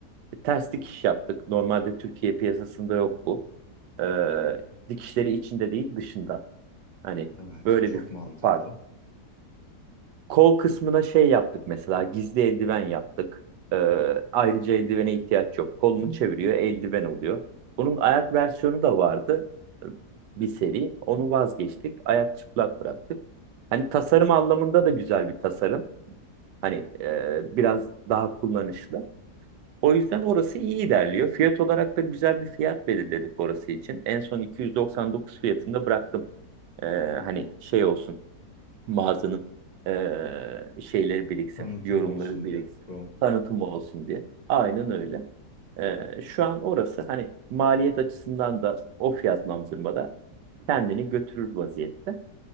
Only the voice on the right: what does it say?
E, ters dikiş yaptık. Normalde Türkiye piyasasında yok bu. Ee, dikişleri içinde değil dışında. Hani
böyle
bir
fark. Kol kısmına şey yaptık mesela gizli eldiven yaptık. Ee, ayrıca eldivene ihtiyaç yok. Kolunu çeviriyor eldiven oluyor. Bunun ayak versiyonu da vardı e, bir seri. Onu vazgeçtik. Ayak çıplak bıraktık. Hani tasarım anlamında
da güzel bir tasarım. Hani e, biraz daha kullanışlı. O yüzden orası iyi ilerliyor. Fiyat olarak da güzel bir fiyat belirledik orası için. En son 299 fiyatında
bıraktım. Ee, hani şey olsun mağazanın ee, şeyleri biriksin,
yorumları
biriksin,
tanıtımı olsun diye. Aynen öyle. Ee, şu an orası hani maliyet açısından da o fiyatlandırmada kendini götürür vaziyette.